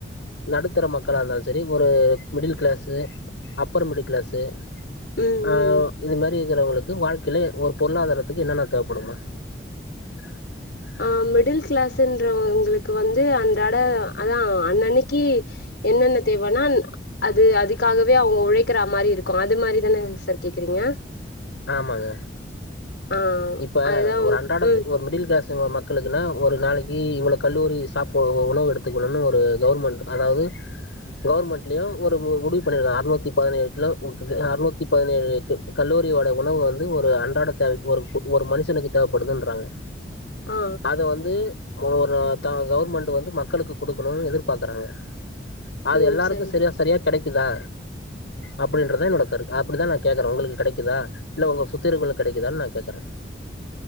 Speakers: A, on the left (about 85°); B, on the left (about 70°).
A: நடுத்தர மக்களா இருந்தாலு செரி ஒரு middle class upper middle class
B: ம்
A: ஆ
B: ம் ம்.
A: இது மாரி இருக்கிறவங்களுக்கு வாழ்க்கையில ஒரு பொருளாதாரத்துக்கு என்னன்னா தேவைப்படுமா <inaudible>
B: ஆ மிடில் கிளாஸ்ன்றவங்களுக்கு வந்து அன்றாட அதா அன்னன்னைக்கி என்னன்ன தேவன்னா அது அதுக்காகவே அவுங்க உழைக்கிறா மாரி இருக்கு அது மாரிதானே சார் கேக்குறீங்க
A: ஆமாங்க
B: ஆ
A: இப்ப
B: அதுதா
A: ஒரு அன்றாடத்து
B: ம்
A: ஒரு மிடில் கிளாஸ் மக்களுக்குன ஒரு நாளைக்கி இவ்ள கல்லூரி சாப்பு ஒரு உணவு எடுத்துக்கணும்னு ஒரு கவர்மெண்ட் அதாவது கவர்மெண்ட்லியு ஒரு முடிவு பண்ணிருக்கங்க அறுநூத்தி பதினேழு கிலோ <unintelligible> அறுநூத்தி பதினேழு கி கல்லோரி ஓட உணவு வந்து ஒரு அன்றாட தேவைக் ஒரு ஒரு மனுஷனுக்கு தேவைப்படுதுன்றாங்க
B: ஆ
A: அத வந் து <unintelligible> கவர்மெண்ட் வந்து மக்களுக்கு குடுக்கணுன்னு எதிர்பாக்றாங்க அது
B: ம்
A: எல்லாருக்கு
B: சரி
A: செரியா செரியாக் கெடைக்குதா அப்டின்றதா என்னோட கரு அப்டித்தா நா கேக்குறே உங்களுக்கு கெடைக்குதா இல்ல உங்க சுத்தி இருக்ள்கு கெடைக்குதா நா கேக்குறே